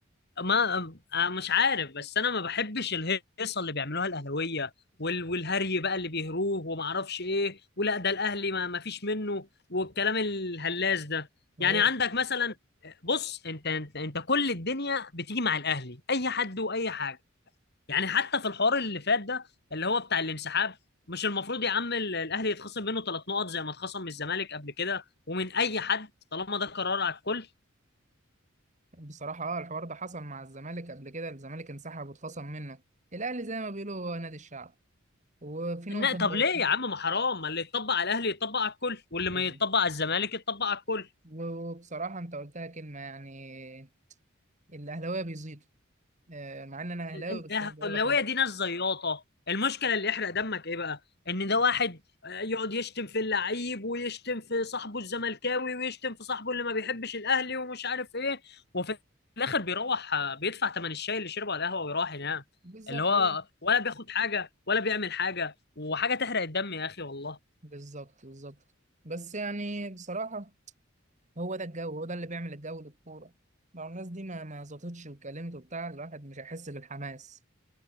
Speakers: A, on the left; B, on the right.
A: ما آه، مش عارف بس انا ما بحبش الهيصه اللي بيعملوها الاهلاويه وال... والهري بقى اللي بيهروه وما اعرفش ايه ولا ده الاهلي ما... ما فيش منه والكلام الهلاس ده
B: هو
A: يعني عندك مثلا بص انت انت, انت كل الدنيا بتيجي مع الاهلي اي حد واي حاجه يعني حتى في الحوار اللي فات ده اللي هو بتاع الانسحاب مش المفروض يا عم ال- الاهلي يتخصم منه ثلاث نقط زي ما اتخصم من الزمالك قبل كده ومن اي حد طالما ده قرار على الكل
B: بصراحة اه الحوار ده حصل مع الزمالك قبل كده الزمالك انسحب واتخصم منه الأهلي زي ما بيقولوا هو نادي الشعب وفي نقطة
A: لا طب
B: أنت قلتها
A: ليه يا عم ما حرام ما اللي يتطبق على الاهلي يتطبق على الكل واللي
B: بالظبط
A: ما يتطبق على الزمالك يتطبق على الكل
B: وبصراحة أنت قلتها كلمة يعني الأهلاوية بيزيدوا آه، مع إن أنا أهلاوي
A: الاهلاويه
B: بس أنا بقول لك أهو
A: دي ناس زياطه المشكله اللي يحرق دمك ايه بقى ان ده واحد آه، يقعد يشتم في اللعيب ويشتم في صاحبه الزملكاوي ويشتم في صاحبه اللي ما بيحبش الاهلي ومش عارف ايه وفي الاخر بيروح آه، بيدفع ثمن الشاي اللي شربه على القهوه ويروح ينام
B: بالظبط
A: اللي هو
B: أهو
A: ولا بياخد حاجه ولا بيعمل حاجه وحاجه تحرق الدم يا اخي والله
B: بالظبط بالظبط بس يعني بصراحة هو ده الجو هو ده اللي بيعمل الجو للكورة لو الناس دي ما ما زطتش واتكلمت وبتاع الواحد مش هيحس بالحماس